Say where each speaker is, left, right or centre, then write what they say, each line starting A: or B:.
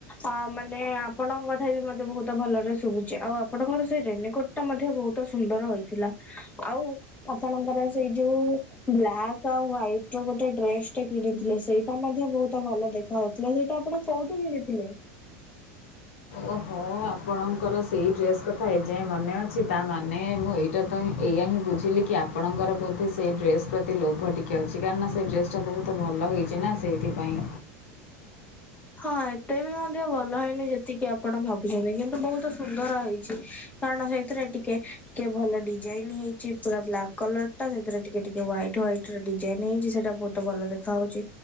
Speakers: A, on the left (about 20°); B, on the left (about 75°).
A: ଅ ମାନେ ଆପଣଙ୍କ କଥା ବି ମତେ ବହୁତ ଭଲରେ ଶୁଭୁଛି ଆଉ ଆପଣଙ୍କର ସେ ରେନକୋଟ ମଧ୍ୟ ବହୁତ ସୁନ୍ଦର ହୋଇଥିଲା ଆଉ ଆପଣଙ୍କର ସେଇ ଯୋଉ ବ୍ଲାକ୍ ଆଉ ହ୍ଵାଇଟ ର ଗୋଟେ ଡ୍ରେସ ଟେ କିଣିଥିଲେ ସେଇଟା ମଧ୍ୟ ବହୁତ ଭଲ ଦେଖା ହଉ ସେଇଟା ଆପଣ କୋଉଠୁ ଭିଣି ଥିଲେ?
B: ଓହୋ ଆପଣଙ୍କର ସେଇ ଡ୍ରେସ୍ କଥା ଏଯାଏଁ ମନେ ଅଛି ତାମାନେ ମୁଁ ଏଇ ଏଇଟା ତ ହିଁ ଏଇା ହିଁ ବୁଝିଲି କି ଆପଣଙ୍କର ବୋଧେ ସେଇ ଡ୍ରେସ ପ୍ରତି ଲୋଭ ଟିକେ ଅଛି କାରଣ ନା ସେ ଡ୍ରେସ୍ ଚ ବହୁତ ଭଲ ହେଇଛି ନା ସେଇଥିପାଇଁ।
A: ହଁ ଏତେ ବି ମଧ୍ୟ ଭଲ ହେଇନି ଯେତିକି ଆପଣ ଭାବୁଛନ୍ତି କିନ୍ତୁ ବହୁତ ସୁନ୍ଦର ହେଇଛି। କାରଣ ସେଥିରେ ଟିକେ ଟିକେ ଭଲ ଡିଜାଇନ ହେଇଛି ପୁରା ବ୍ଲାକ୍ କଲର ଟ ସେଥିରେ ଟିକେ ଟିକେ ହ୍ୱାଇଟ ହ୍ଇଟ ଡିଜାଇନ ହେଇଛି ସେଇଟା ବହୁତ ଭଲ ଦେଖା ହଉଛି